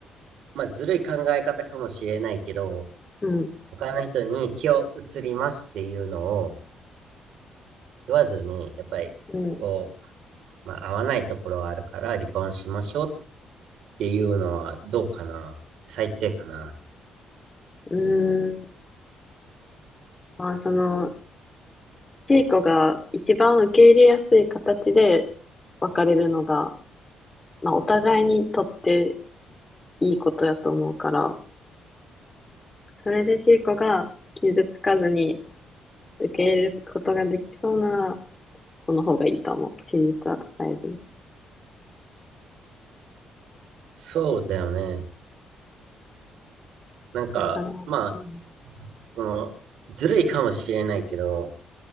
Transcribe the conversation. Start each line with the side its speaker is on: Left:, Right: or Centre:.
Right: まあ、ずるい考え方かもしれないけど、
Left: うん、
Right: 他の人に気を移りますっていうのを言わずに、やっぱり、
Left: う
Right: こう、まあ、合わないところはあるから離婚しましょうっていうのはどうかな。最低かな。
Left: ん、うーん。まあ、その、シーコが一番受け入れやすい形で別れるのが、まあ、お互いにとっていいことだと思うから、それでシーコが傷つかずに、受け入れることができそうなら、その方がいいと思う。真実は伝えずに。
Right: そうだよね。なんか、
Left: だから、うん、
Right: まあ、その、ずるいかもしれないけど、